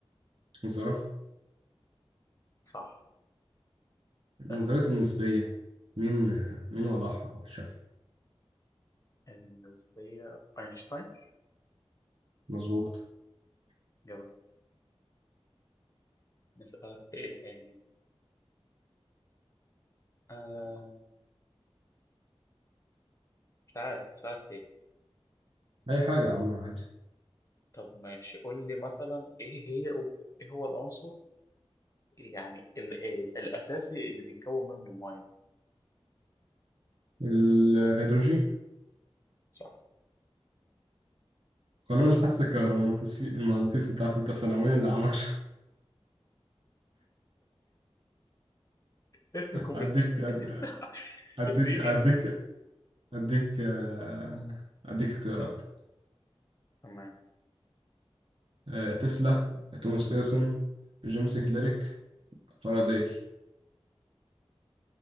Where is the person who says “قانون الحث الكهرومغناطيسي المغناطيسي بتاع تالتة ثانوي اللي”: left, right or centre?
Right